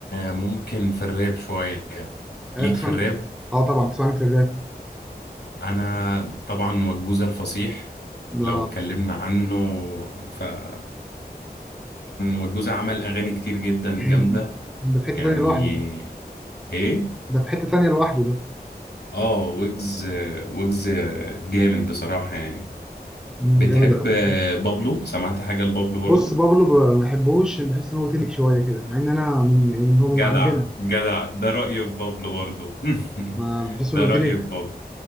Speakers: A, on the left; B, in the centre.
A: ممكن في الراب شويه
B: آه،
A: ليك
B: بتسمع
A: في الراب
B: اه طبعا بتسمع في الراب
A: انا طبعا وجوزة الفصيح
B: ده
A: لو اتكلمنا عنه فطبعا وجوزة عمل اغاني كتير جدا
B: <clears throat>
A: جامده
B: ده في حته
A: يعني
B: تانيه لوحده
A: ايه
B: ده في حته تانيه لوحده ده
A: اه ويجز ويجز جامد بصراحه يعني
B: مم،
A: بتحب
B: جامد قوي
A: بابلو سمعت حاجه لبابلو برضو
B: بص بابلو ب- ما بحبوش بحس ان هو تنك شويه كده مع ان انا من يعني هو
A: جدع
B: من عندنا
A: جدع ده رأيي في بابلو برضو <laughs>
B: ما بحس انه
A: ده رأيي
B: تنك
A: في بابلو